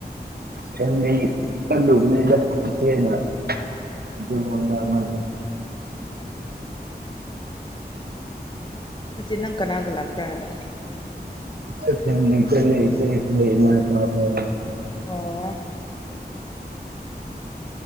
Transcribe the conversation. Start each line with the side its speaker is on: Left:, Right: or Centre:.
Right: ꯐꯦꯃꯤꯂꯤ ꯆꯠꯂꯨꯕꯅꯤꯗ ꯃꯆꯦꯅ ꯑꯇꯣꯞꯄ ꯋꯥ ꯉꯥꯡ ꯂꯩ
Left: ꯅꯠꯇꯦ ꯅꯪ ꯀꯅꯥꯒ ꯂꯥꯛꯄ꯭ꯔꯥ ꯍꯥꯏꯕ
Right: ꯑꯩꯈꯣꯏ ꯐꯦꯃꯤꯂꯤ ꯆꯠꯂꯦ ꯏꯆꯦꯈꯣꯏ ꯏꯃꯥ ꯏꯄꯥꯈꯣꯏ
Left: ꯑꯣ ꯑꯣ